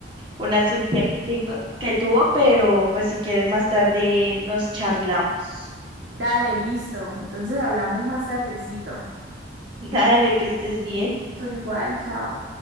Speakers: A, on the right (about 25°); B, on the right (about 60°).
A: una cirugía que tengo, que tuvo, pero pues si quieres más tarde nos charlamos.
B: Dale, listo. Entonces hablamos más tardecito.
A: Dale, que estés bien.
B: Tú igual, chao.